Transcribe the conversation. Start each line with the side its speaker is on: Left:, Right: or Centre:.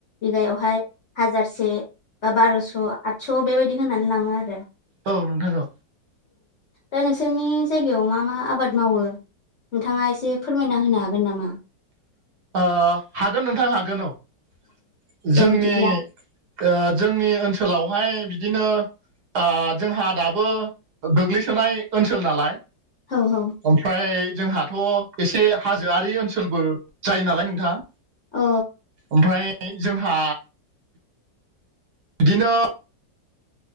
Left: बिगायावहाय हाजारसे बा बार'स' आदस' बेबायदि होनानै लाङो आरो
Right: औ नोंथां औ
Left: दा नोंसोरनि जायगायाव मा मा आबाद मावो नोंथाङा एसे फोरमायना होनो हागोन नामा
Right: ओ हागोन नोंथां हागोन औ
Left: दे
Right: जोंनि
Left: बिदिब्ला
Right: ओ जोंनि ओनसोलावहाय बिदिनो ओ जोंहा दाबो गोग्लैसोनाय ओनसोल नालाय
Left: औ औ
Right: ओमफ्राय जोंहाथ' एसे हाजोआरि ओनसोलबो जायो नालाय नोंथां
Left: अ
Right: ओमफ्राय जोंहा बिदिनो